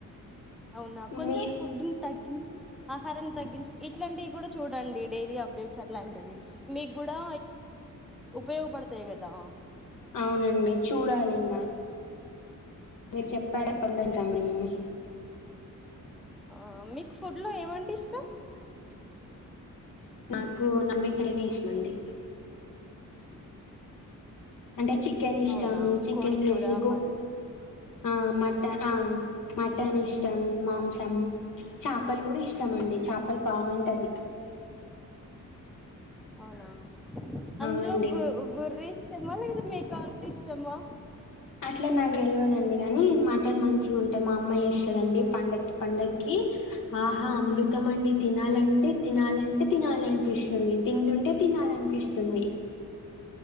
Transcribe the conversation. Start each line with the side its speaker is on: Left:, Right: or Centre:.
Centre: అవునా కొంచెం
Left: మీ
Centre: ఫుడ్ ని తగ్గించి ఆహారాన్ని తగ్గించి ఇట్లాంటియి గూడ చూడండి డైలీ అప్డేట్స్ అట్లాంటివి మీగ్గుడా ఉపయోగపడతయి గదా
Left: అవునండి చూడాలింగ మీరు చెప్పాలే పండక్కి రాము మేము
Centre: ఆ మీకు ఫుడ్ లో ఏమంటె ఇష్టం?
Left: నాకు నాన్ వెజ్ అంటేనే ఇష్టమండి అంటే చికెన్ ఇష్టం
Centre: అవునా
Left: చికెన్
Centre: కోడి
Left: జేసి
Centre: కూర
Left: గో
Centre: మ
Left: ఆ మట ఆ మటన్ ఇష్ ష్టం మాంసం చాపలు గుడ ఇష్టమండి, చాపలు బాగుంటది
Centre: అవునా అందులో
Left: అవునండి
Centre: గు గొర్రె ఇష్టమా లేక్కోతే మేక అంటే ఇష్టమా
Left: అట్ల నాకు తెలవదండి గనీ మటన్ మంచిగుంటది, మా అమ్మ చేస్తదండి పండక్కి పండక్కి ఆహా అమృతమండి తినాలంటే తినాలంటే తినాలనిపిస్తది తింటుంటే తినాల్ లనిపిస్తుంది